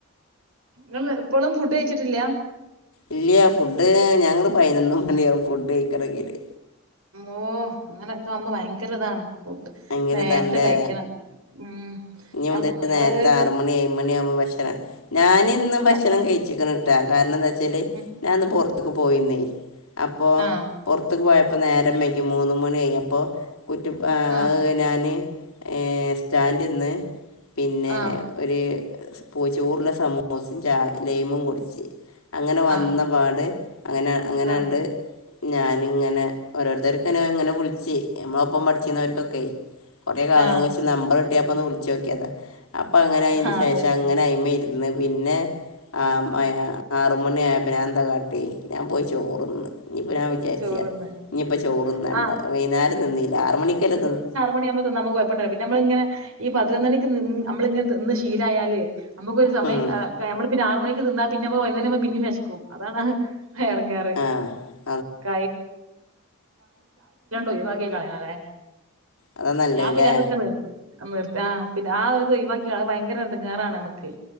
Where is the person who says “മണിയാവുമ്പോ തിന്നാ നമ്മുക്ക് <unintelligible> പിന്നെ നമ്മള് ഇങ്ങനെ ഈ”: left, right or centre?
Right